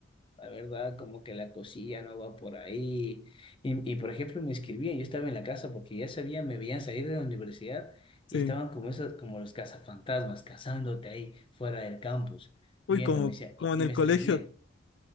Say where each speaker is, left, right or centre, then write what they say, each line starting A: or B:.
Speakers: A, on the left (about 25°); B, on the left (about 70°).
A: La verdad, como que la cosilla no va por ahí. Y, y por ejemplo, me escribían, yo estaba en la casa porque ya sabían, me veían salir de la universidad
B: Sí.
A: y estaban como esos, como los cazafantasmas, cazándote ahí fuera del campus,
B: Uy,
A: viéndome,
B: como,
A: decía,
B: como
A: y,
B: en
A: y
B: el
A: me
B: colegio.
A: escribían,